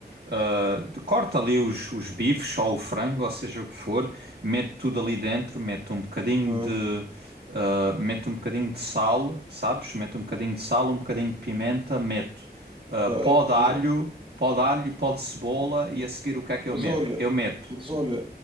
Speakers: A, on the right (about 70°); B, on the right (about 30°).
A: ah, de- corto ali os, os bifes ou o frango, ou seja o que for, meto tudo ali dentro, meto um bocadinho
B: ok,
A: de, ah, meto um bocadinho de sal, sabes? Meto um bocadinho de sal, um bocadinho de pimenta, meto ah,
B: ok,
A: pó de
B: ok.
A: alho, pó de alho e pó de cebola
B: ok.
A: e a seguir o que é que
B: Mas
A: eu meto?
B: olha,
A: Eu meto,
B: mas olha,